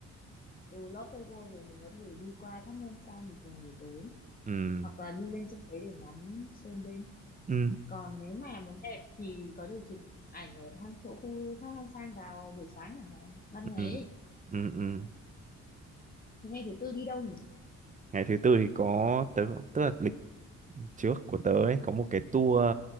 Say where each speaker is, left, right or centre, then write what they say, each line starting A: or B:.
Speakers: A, on the left (about 30°); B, on the right (about 25°).
A: từ Lotte World về mình có thể đi qua tháp Ngân San để chụp ảnh buổi tối
B: ừ,
A: hoặc là đi lên trên đấy để ngắm sơn đêm
B: ừ,
A: còn nếu mà muốn đẹp thì có thể chụp ảnh ở thăm chỗ khu thác Hang San vào buổi sáng chẳng hạn ban ngày
B: ừ,
A: ấy.
B: ừ, ừ.
A: Thế ngày thứ tư đi đâu nhỉ
B: ngày thứ tư thì có tớ tức là lịch trước của tớ ấy có một cái tour